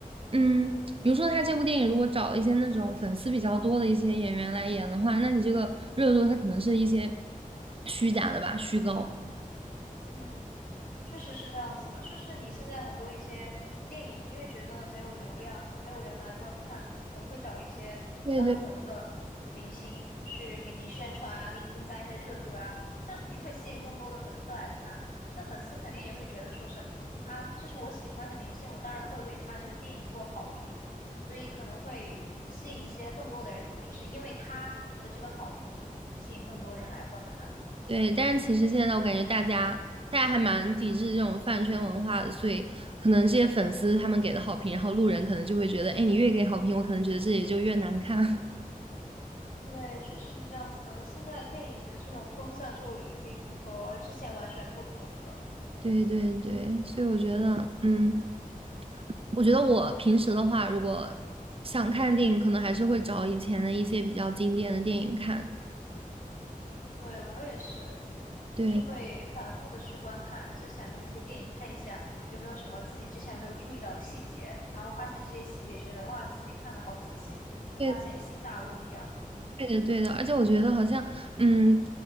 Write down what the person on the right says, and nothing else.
嗯，比如说他这部电影如果找了一些那种粉丝比较多的一些演员来演的话，那你这个热度它可能是一些虚假的吧，虚高。
对对
对，但是其实现在我感觉大家大家还蛮抵制这种饭圈文化的，所以可能这些粉丝他们给的好评，然后路人可能就会觉得，哎，你越给好评，我可能觉得自己就越难看。<laughs>
对对对，所以我觉得，嗯，我觉得我平时的话，如果想看电影，可能还是会找以前的一些比较经典的电影看。
对，
对
对的，对的，而且我觉得好像，嗯，